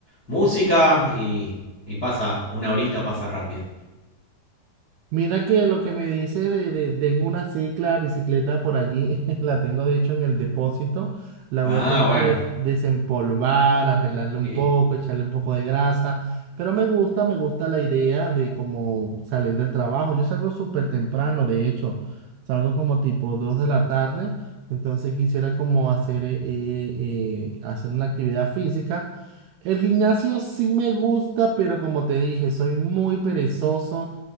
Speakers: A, on the left (about 50°); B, on the right (about 80°).
A: música y, y pasa, una horita pasa rápido.
B: Mira que lo que me dice de, de- tengo una cicla, bicicleta por allí, <laughs> la tengo de hecho en el depósito, la
A: Ah,
B: voy a tener
A: bueno.
B: que des- desempolvar, arreglarle un
A: Y-
B: poco, echarle un poco de grasa, pero me gusta, me gusta la idea de cómo salir del trabajo. Yo salgo súper temprano, de hecho, salgo como tipo 2 de la tarde, entonces quisiera como hacer, eh, eh, eh, hacer una actividad física. El gimnasio sí me gusta, pero como te dije, soy muy perezoso